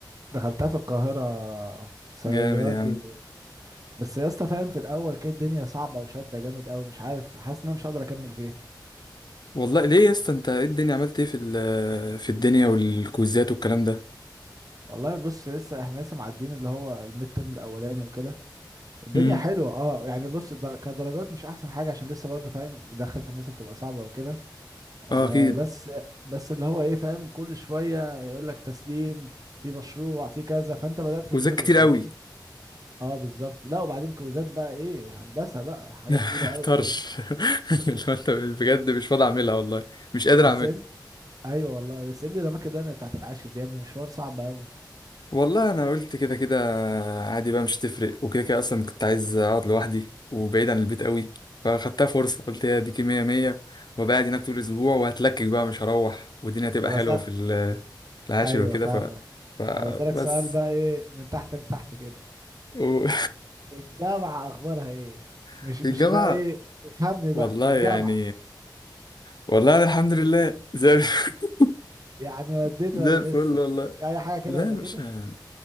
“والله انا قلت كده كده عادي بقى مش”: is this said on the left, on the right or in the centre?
Left